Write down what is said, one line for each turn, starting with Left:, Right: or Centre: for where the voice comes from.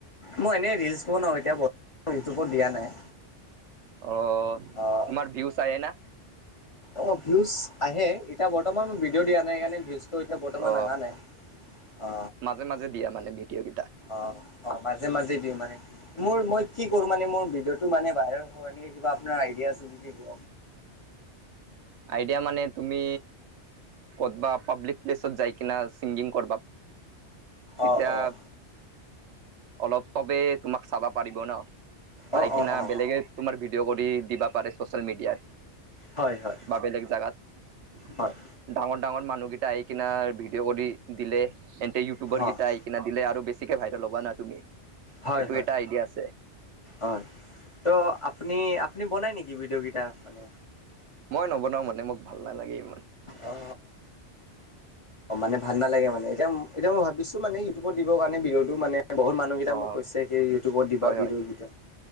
Left: মই এনেই ৰিলচ বনাও এতিয়া বৰ্তমান ইউটিউবত দিয়া নাই।
Right: অ
Left: অ'
Right: তোমাৰ ভিউ চাই না?
Left: অ ভিউজ আহে, এতিয়া বৰ্তমান মই ভিডিঅ' দিয়া নাই সেইকাৰণে ভিউজ ত' এতিয়া বৰ্তমান
Right: অ
Left: অহা নাই অ।
Right: মাজে মাজে দিয়া মানে ভিডিঅ' কেইটা।
Left: অ। অ মাজে মাজে দিওঁ মানে, মোৰ মই কি কৰো মানে মোৰ ভিডিঅ'টো মানে ভাইৰেল হ‌য় এ কিবা‌ আপোনাৰ আইডি এয়া চজিক
Right: আইডিয়া মানে তুমি কত বা পাব্লিক প্লেছত যায় কিনা ছিংগিং কৰবা তেতিয়া
Left: অ' অ'
Right: অলপ চবেই তোমাক চাবা পাৰিব ন। চাই
Left: অ'
Right: কিনা
Left: অ' অ'
Right: বেলেগে তোমাৰ ভিডিঅ' কৰি দিবা পাৰে চচিয়েল মিডিয়াত।
Left: হয় হয়
Right: বা বেলেগ জাগাত
Left: হয়
Right: ডাঙৰ- ডাঙৰ মানুহ গি তাহি কিনাৰ ভিডিঅ' কৰি দিলে তেন্তে ইউটিউবাৰ
Left: অ'
Right: কেইটা আহি কিনে দিলে আৰু বে বেচিকে ভাইৰেল হবা না তুমি।
Left: হয়
Right: এইটো
Left: হয়,
Right: এটা আইডিয়া আছে
Left: হয় ত আপুনি- আপুনি বনাই নেকি ভিডিঅ' কেইটা মানে?
Right: মই নবনাও মানে মোক ভাল নালাগে এ
Left: অ। অ মানে ভাল নালাগে মানে এতিয়া এতিয়া মই ভাবিছো মানে ইউটিউবত দিবৰ কাৰণে ভিডিঅ'টো মানে বহুত মানুহকেইটা
Right: অ
Left: মোক কৈছে কি ইউটিউবত দিবা
Right: হয়
Left: ভিডিঅ'
Right: হয়
Left: কেইটা